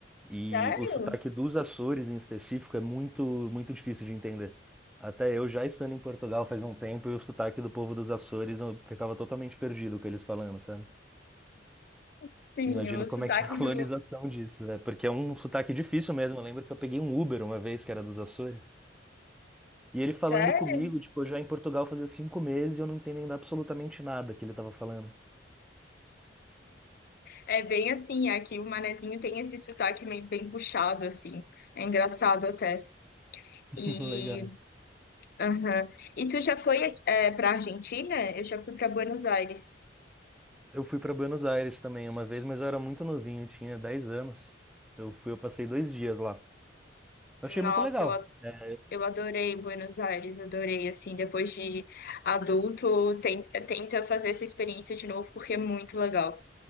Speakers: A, in the centre; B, on the left (about 55°).
A: E
B: Sério?
A: o sotaque dos Açores em específico é muito, muito difícil de entender. Até eu já estando em Portugal faz um tempo e o sotaque do povo dos Açores eu ficava totalmente perdido com eles falando, sabe?
B: Sim,
A: Imagino
B: o sotaque
A: como é que é a <laughs> colonização
B: do.
A: disso, né? Porque é um sotaque difícil mesmo. Eu lembro que eu peguei um Uber uma vez que era dos Açores. E ele
B: Sério?
A: falando comigo, tipo, eu já em Portugal fazia cinco meses e eu não entendendo absolutamente nada que ele tava falando.
B: É bem assim, aqui o manezinho tem esse sotaque meio bem puxado, assim. É engraçado até.
A: <laughs>
B: E,
A: Legal.
B: aham. E tu já foi é, para Argentina? Eu já fui para Buenos Aires.
A: Eu fui para Buenos Aires também uma vez, mas eu era muito novinho, eu tinha 10 anos. Eu fui, eu passei dois dias lá. Eu achei
B: Nossa,
A: muito legal.
B: eu, a-
A: É,
B: eu adorei Buenos Aires, adorei, assim, depois de adulto, ten- tenta fazer essa experiência de novo, porque é muito legal.